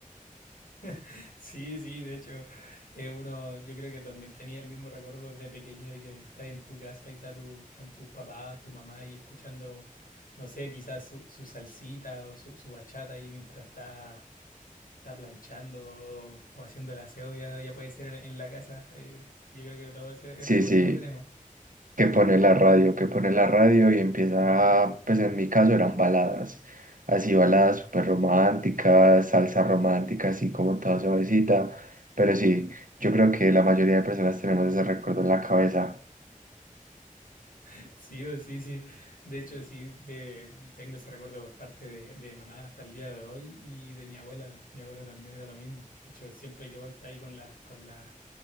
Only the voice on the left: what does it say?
<laughs> Sí, sí, de hecho, eh, uno, yo creo que también tenía el mismo recuerdo desde pequeño de que estás en tu casa y está tu, están tus papás, tu mamá y escuchando, no sé, quizás su, su salsita o su, su bachata ahí mientras está está planchando o haciendo el aseo, ya, ya puede ser en, en la casa. Eh, yo creo que todo ese, ese
recuerdo
lo tenemos.
<laughs> Sí, o sí, sí. De hecho, sí, de- tengo ese recuerdo por parte de, de mamá hasta el día de hoy y de mi abuela. Mi abuela también era lo mismo. De hecho, siempre que voy está ahí con la, con la,